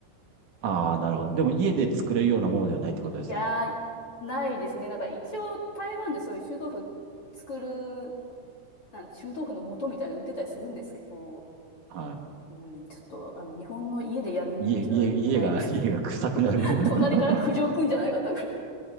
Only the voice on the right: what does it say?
ああ、なるほど。でも、家で作れるようなものではないってことですね。
は
い。家、家、家が、家が臭くなる
<laughs>